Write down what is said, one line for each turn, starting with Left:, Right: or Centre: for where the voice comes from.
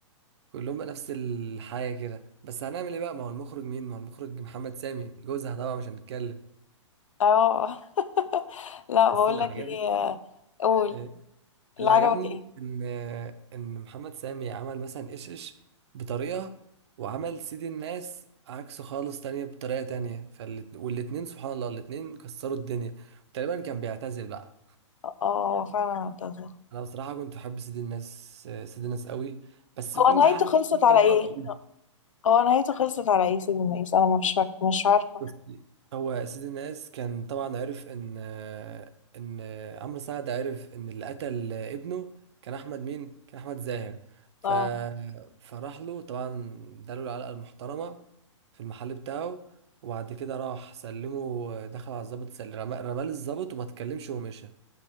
Right: كلهم بقى نفس الحاجه كده بس هنعمل ايه بقى ما هو المخرج مين ما هو المخرج محمد سامي جوزها طبعا مش هنتكلم
Left: اه <laughs> لا
Right: بس
Left: بقول
Right: اللي
Left: لك
Right: عجبني
Left: ايه آه، قول
Right: آه،
Left: اللي
Right: اللي
Left: عجبك
Right: عجبني
Left: ايه
Right: ان ان محمد سامي عمل مثلا ايش ايش بطريقه وعمل سيد الناس عكسه خالص تانية بطريقه تانية فالت... والاتنين سبحان الله الاتنين كسروا الدنيا تقريبا كان بيعتزل بقى
Left: اه فعلا اعتذر
Right: انا بصراحه كنت احب سيد الناس سيد الناس قوي بس
Left: هو
Right: كنت
Left: نهايته
Right: حاسس
Left: خلصت
Right: في كام
Left: على
Right: لقطه
Left: ايه هو نهايته خلصت على ايه سيدي الناس انا مش فاك... مش عارفة
Right: بس هو سيد الناس كان طبعا عرف ان ان عمرو سعد عرف ان اللي قتل ابنه كان احمد مين كان احمد زاهر ف
Left: اه
Right: فراح له طبعا اداله العلقه المحترمه في المحل بتاعه وبعد كده راح سلمه دخل على الضابط سل- رمى رماه للضابط وما اتكلمش ومشى